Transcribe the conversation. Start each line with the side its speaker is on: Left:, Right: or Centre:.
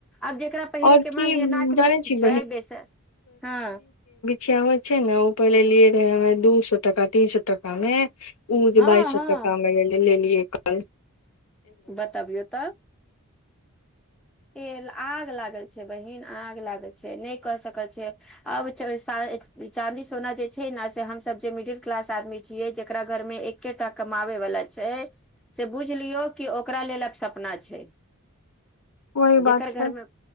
Centre: आब जकरा पहिरेके
Left: और
Centre: मान
Left: की
Centre: लियअ नाकमे
Left: जाने
Centre: नहि
Left: छी
Centre: छै बेस हँ
Left: चावल छै ने ओ पहिले लिए रहे ह दू सए टका तीन सए टका मे ओ जे
Centre: हँ
Left: बाइस सए
Centre: हँ
Left: टकामे लेलियै कल
Centre: बतबियौ तऽब के आग लागल छै बहिन आग लागल छै नहि क सकल छै आब छै चादी सोना जे छै ने से हम सब जे मिडिल क्लास आदमी छिये जेकरा घर में एकेटा कमावे वला छै से बुझ लियौ कि ओकरा लेल आ सपना छै
Left: वही
Centre: जकर
Left: बात छै
Centre: घरमे